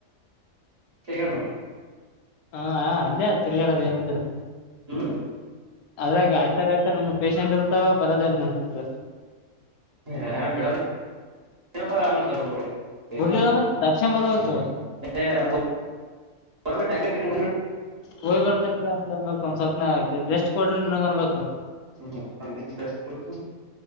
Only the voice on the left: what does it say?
ಹಾ ಹ ಅಲ್ಲೇ ತಿರುಗಾಡದ ಏನಿದ್ರು.
ಅದ್ರಾಗ ಐಯ್ತಾರ ಐಯ್ತರ ನಮ್ಮು ಪೇಶೆಂಟ್ ಇರ್ತಾವ ಬರದೆ ಇಲ್ ನನ್ ಹತ್ರ.
ಬಿಡ್ಲಿಲ್ಲ ಅಂದ್ರೆ ತಪ್ಸನ್ ಬರ್ಬೇಕು
ಹೋಗಿ ಬರ್ತೇನ್ರೀ ಅಂತ ಅನ್ಬೇಕ್ ಒಂದ್ ಸ್ವಪ್ನ ರೆಸ್ಟ್ ಕೊಡ್ರಿ ನೀನ್ಗ್ ಅನ್ಬೇಕ.